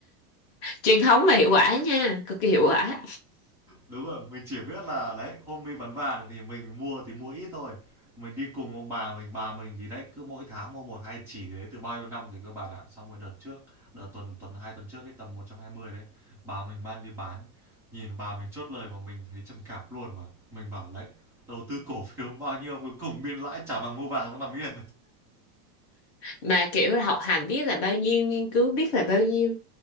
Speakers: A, on the left; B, in the centre.
A: truyền thống mà hiệu quả nha, cực kỳ hiệu quả.
B: Đúng rồi, mình chỉ biết là đấy, hôm đi bán vàng thì mình mua thì mua ít thôi. Mình đi cùng ông bà mình, bà mình thì đấy cứ mỗi tháng mua một hai chỉ thì đấy từ bao nhiêu năm thì các bạn ạ. Xong rồi đợt trước, đợt tuần tuần hai tuần trước cái tầm 120 đấy, bà mình mang đi bán. Nhìn bà mình chốt lời mà mình thấy trầm cảm luôn mà. Mình bảo đấy, đầu tư cổ phiếu bao nhiêu cuối cùng biên lãi trả bằng mua vàng nó nằm yên.
A: Mà kiểu là học hành biết là bao nhiêu, nghiên cứu biết là bao nhiêu.